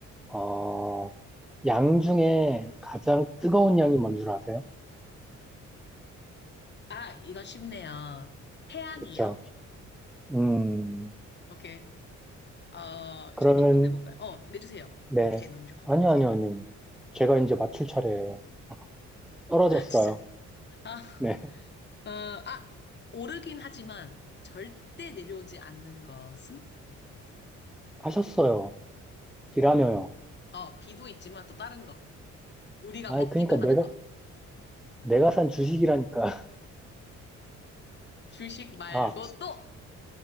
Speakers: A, in the centre; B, on the left.
A: 어, 양 중에 가장 뜨거운 양이 뭔 줄 아세요?
B: 아 이건 쉽네요. 태양이요.
A: 그쵸? 음,
B: 오케이. 어,
A: 그러면
B: 저도 한번 내볼까요? 어, 내주세요.
A: 네.
B: 오케이, 너무 좋아.
A: 아니요, 아니요, 아니요. 제가 이제 맞출 차례예요. 떨어졌어요.
B: <laughs> 진짜. 아,
A: 네. <laughs>
B: 어, 아, 오르긴 하지만 절대 내려오지 않는 것은?
A: 하셨어요. 비라며요.
B: 어, 비도 있지만 또 다른 거. 우리가
A: 아,
B: 먹기도
A: 그러니까 내가
B: 하는 것.
A: 내가 산 주식이라니까. <laughs>
B: 주식 말고
A: 아,
B: 또!